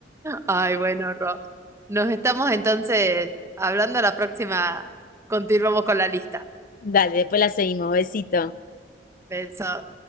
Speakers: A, on the right; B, on the left.
A: Ay, bueno, Ro, nos estamos entonces hablando la próxima, continuamos con la lista.
B: Dale, después la seguimos, besito.
A: Beso.